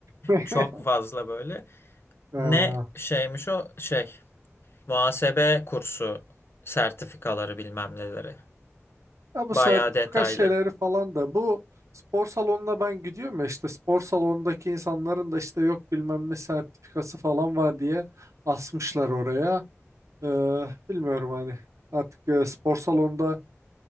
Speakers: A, on the right; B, on the left.
A: <laughs>
B: Çok fazla böyle.
A: Ee,
B: Ne şeymiş o şey muhasebe kursu sertifikaları bilmem neleri.
A: ya bu
B: Bayağı
A: sertifika
B: detaylı.
A: şeyleri falan da bu spor salonuna ben gidiyorum ya işte spor salonundaki insanların da işte yok bilmem ne sertifikası falan var diye asmışlar oraya. Ee, bilmiyorum hani artık e, spor salonunda